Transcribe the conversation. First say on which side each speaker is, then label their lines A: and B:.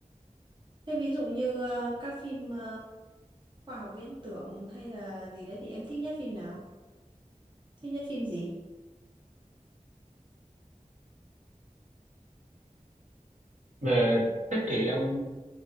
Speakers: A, on the right; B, on the right.
A: thế ví dụ như ờ, các phim ờ, khoa học viễn tưởng hay là gì đấy thì em thích nhất phim nào thích nhất phim gì
B: về thích thì em